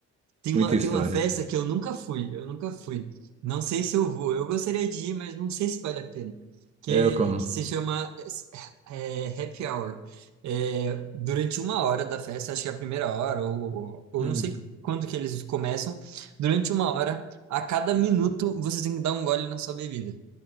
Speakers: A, on the right; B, on the right.
A: Tem
B: muita
A: uma, tem
B: história.
A: uma festa que eu nunca fui, eu nunca fui. Não sei se eu vou. Eu gostaria de ir, mas não sei se vale a pena. Que,
B: É, como?
A: que se chama é, Happy Hour. É, durante uma hora da festa, acho que é a primeira hora, ou, ou
B: Hum,
A: não sei quando que eles começam. Durante uma hora, a cada minuto, você tem que dar um gole na sua bebida.